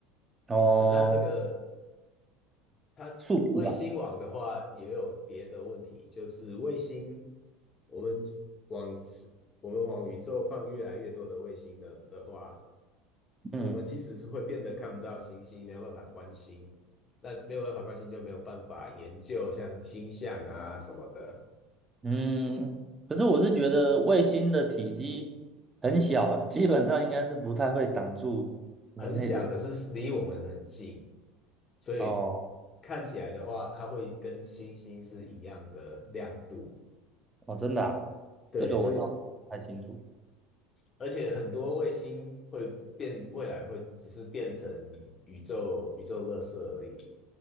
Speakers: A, on the right (about 20°); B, on the left (about 35°).
A: 哦，
B: 可是它这个它卫星网的话，
A: 速度吧。
B: 也有别的问题，就是卫星，我们往我们往宇宙放越来越多的卫星的的话，
A: 嗯
B: 我们其实是会变得看不到星星，没有办法观星。那没有办法观星，就没有办法研究像星象啊什么的，
A: 嗯，可是我是觉得卫星的体积很小，基本上应该是不太会挡住人类的。
B: 很小，可是离我们很近，所以
A: 哦
B: 看起来的话，它会跟星星是一样的亮度。
A: 哦，真的啊，
B: 对，
A: 这个我倒是不太清楚。
B: 所以而且很多卫星会变，未来会只是变成宇宙宇宙垃圾而已。